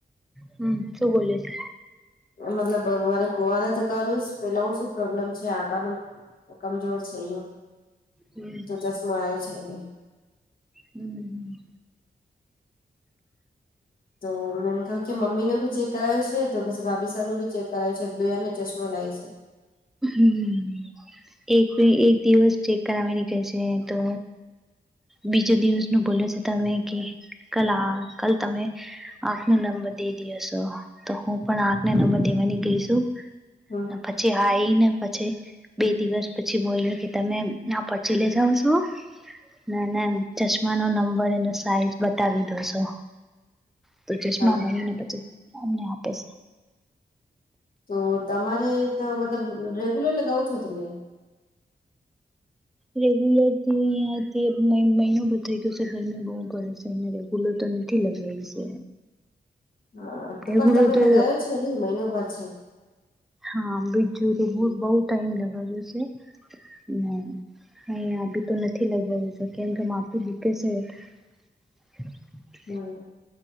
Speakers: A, in the centre; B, on the left.
A: હમ શું બ છે
B: મતલબ મારે ગુવારે તકાનું પેલાું શું પ્રોબ્લેમ છે આકાર ન તો કમજોર છે યો
A: હમ
B: ચશમા આવે છે ભી
A: હમ
B: તો મેને કહું કે મમ્મી નું ભી ચેક કરાયો છે તો પછી ભાભી સર નું બી ચેક કરાયું છે દયાને ચશ્મ લાગી છે
A: હમ એક એક દિવસ ચેક કરાવવા નીકળે છે તો બીજો દિવસ નું બોલે છે તમે કે કલ આ કાલ તમે આંખ નો નંબર દે દયો છો તો હું પણ આંખને નંબર દેવાની ગઈશું
B: હમ
A: ન‌ પછી આ આવીને પછી
B: હમ
A: બે દિવસ પછી પછી બોલ્યો કે તમે આ પચી લઈ જાાવ છો ના ના ચશ્માનો નંબર એનો સાઈઝ બતાવી દોસો, તો ચશ્મા
B: હા
A: બનીને પછી અમને આપે છે
B: તો તમારે તો મતલબ રેગ્યુલર લગાવ છો તમે
A: રેગ્યુલર થી મહિનો ભ થઈ ગયો છે ગરમી બહુ બસને ભૂલો તો નથી લગાવ છે
B: હા તો
A: રેગ્યુલર
B: પણ તમે
A: તો
B: લગાવો છે નઈ મહિનો ભર છે
A: હા બીજું ર
B: હમ
A: બ બહ ટાઈમ લગાવશે હ અહી આ બી તો નથી લગાવી શ કેમ કે માપી દુકે છે. <inaudible>
B: હમ